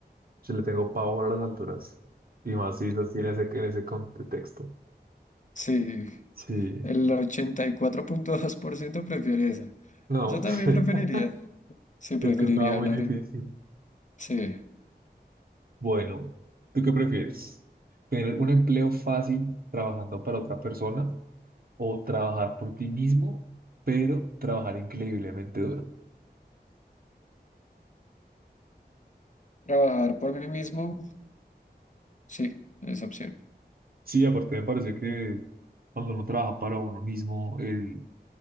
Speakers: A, on the right; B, on the left.
A: yo le tengo pavor a las alturas. Y más si es así en ese, en ese contexto.
B: Sí,
A: Sí,
B: el ochenta y cuatro punto dos por ciento prefiere esa.
A: no,
B: Yo también
A: <laughs>
B: preferiría. Sí, preferiría
A: es que estaba muy
B: hablar
A: difícil.
B: en... Sí,
A: Bueno, ¿tú qué prefieres? ¿Tener un empleo fácil trabajando para otra persona o trabajar por ti mismo, pero trabajar increíblemente duro?
B: trabajar por mí mismo. Sí, esa opción.
A: Sí, aparte me parece que cuando uno trabaja para uno mismo, él